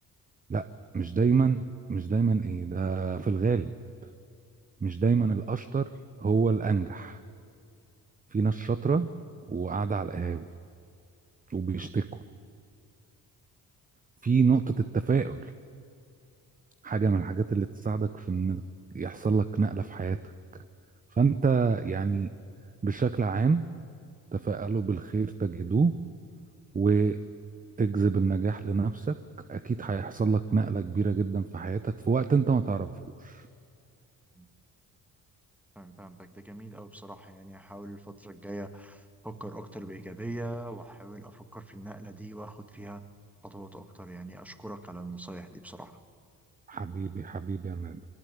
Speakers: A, on the right (about 20°); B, in the centre.
A: لا مش دايما مش دايما ايه ده في الغالب مش دايما الأشطر هو الأنجح في ناس شاطرة وقاعدة على القهاوي وبيشتكوا في نقطة التفاؤل حاجة من الحاجات اللي تساعدك في إن يحصل لك نقلة في حياتك فأنت يعني بشكل عام تفائلوا بالخير تجدوه وتجذب النجاح لنفسك أكيد هيحصل لك نقلة كبيرة جدا في حياتك في وقت أنت ما تعرفوش
B: مم. فاهم فهمتك ده جميل أوي بصراحة يعني هحاول الفترة الجاية أفكر أكتر بإيجابية وأحاول أفكر في النقلة دي وأخد فيها خطوات أكتر يعني أشكرك على النصايح دي بصراحة
A: حبيبي حبيبي يا مان